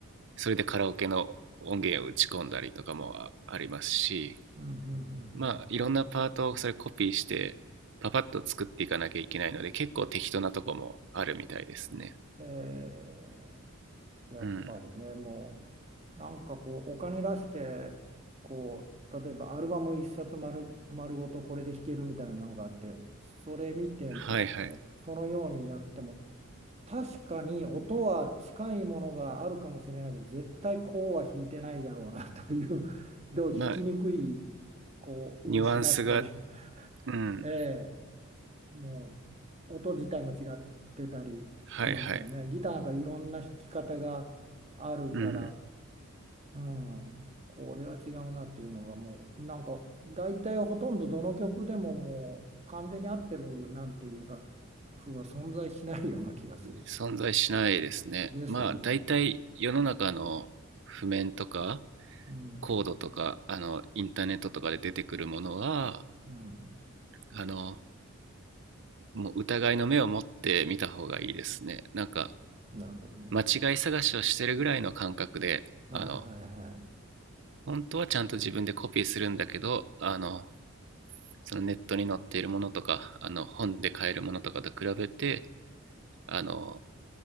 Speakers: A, on the right; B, on the right.
A: それでカラオケの音源を打ち込んだりとかもあありますし
B: うん、うん、
A: まあいろんなパートをそれコピーしてパパッと作っていかなきゃいけないので結構適当なとこもあるみたいですね
B: うん、うん。うんへえ、やっぱりね、
A: うん
B: もう、なんかこう、お金出して、こう、例えばアルバム一冊丸、丸ごとこれで弾けるみたいなのがあって、それ見て、
A: はいはい
B: おそのようにやっても、確かに音は近いものがあるかもしれないけど、絶対こうは弾いてないだろうなという、どう弾きにくい、
A: まあ
B: こう、
A: ニュアンスが
B: 運指だったり、<laughs>
A: うん
B: ええもう音自体も違ってたりしますよね。
A: はいはい
B: ギターがいろんな弾き方があるから、
A: うん
B: うん、これは違うなっていうのがもうなんか大体ほとんどどの曲でももう完全に合ってるなんていう楽譜は存在しないような気がする。
A: 存在しないですね。
B: ですよね。
A: まあ、大体世の中の譜面とか
B: うん、
A: コードとか、あの、インターネットとかで出てくるものは、
B: うん、
A: あの、もう疑いの目を持って見た方がいいですね。なんか、
B: なるほどね。
A: 間違い探しをしてるぐらいの感覚で、
B: はいはいは
A: あの、本当はちゃんと自分でコピーするんだけど、あの、そのネットに載っているものとか、あの、本で買えるものとかと比べて、あの、